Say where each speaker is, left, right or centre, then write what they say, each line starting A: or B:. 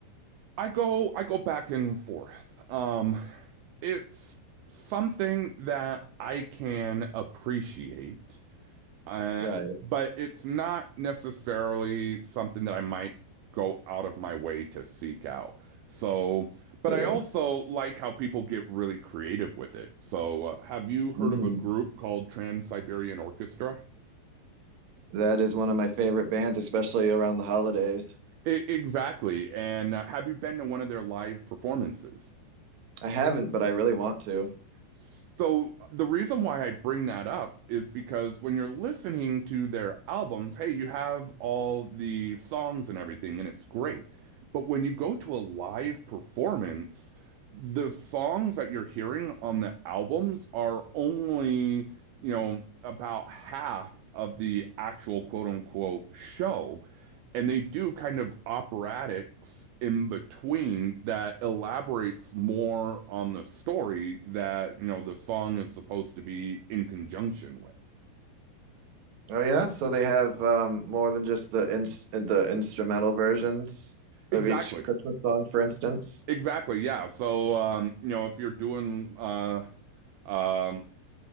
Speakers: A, on the right; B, on the right.
A: I go I go back and forth um it's something that I can appreciate Uh,
B: Right,
A: but it's not necessarily something that I might go out of my way to seek out. So, but
B: true.
A: I also like how people get really creative with it. So, uh, have you heard
B: Mhm.
A: of a group called Trans-Siberian Orchestra?
B: That is one of my favorite bands, especially around the holidays.
A: I exactly. And uh, have you been to one of their live performances?
B: I haven't, but I really want to.
A: So the reason why I bring that up is because when you're listening to their albums, hey, you have all the songs and everything, and it's great. But when you go to a live performance, the songs that you're hearing on the albums are only, you know, about half of the actual quote unquote show and they do kind of operatics in between that elaborates more on the story that you know the song is supposed to be in conjunction with
B: Oh yeah, so they have um more than just the ins the instrumental versions
A: exactly
B: of each Christmas song, for instance.
A: exactly yeah so um you know if you're doing uh um